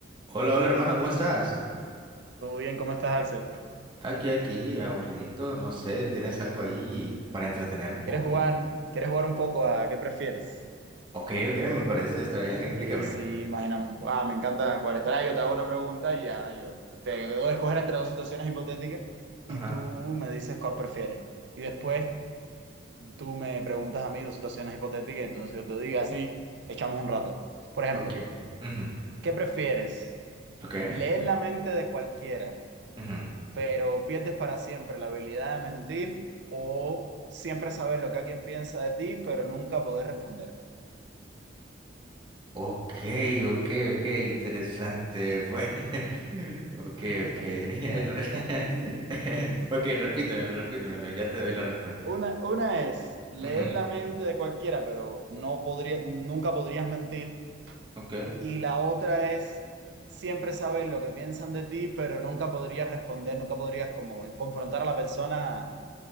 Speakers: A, on the right (about 25°); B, on the right (about 60°).
A: Hola, hola hermano, ¿cómo estás?
B: Todo bien, ¿cómo estás, Axel?
A: Aquí, aquí, aburridito, no sé, ¿tienes algo ahí para entretener un poco?
B: ¿Quieres jugar, quieres jugar un poco a qué prefieres?
A: Ok, ok, me parece, está bien, explícame.
B: Allí sí, imaginamos. Ah, me encanta jugar esto. Ah, yo te hago una pregunta y ya, yo te doy a escoger entre dos situaciones hipotéticas
A: Ajá,
B: y tú me dices cuál prefieres. Y después tú me preguntas a mí dos situaciones hipotéticas, entonces yo te digo así, echamos un rato. Por ejemplo,
A: ok, ujú,
B: ¿qué prefieres?
A: ok,
B: ¿Leer la mente de cualquiera,
A: ujú.
B: pero pierdes para siempre la habilidad de mentir o siempre saber lo que alguien piensa de ti, pero nunca poder responder?
A: Ok, ok, ok, interesante, pues, <laughs> ok,
B: <laughs>
A: ok, <laughs> re- ok, repítemelo, repítemelo, ya te doy la respuesta.
B: Una, una es leer
A: Ujú,
B: la mente de cualquiera, pero no podría, nunca podrías mentir.
A: Ok,
B: Y la otra es siempre saber lo que piensan de ti, pero nunca podrías responder, nunca podrías como confrontar a la persona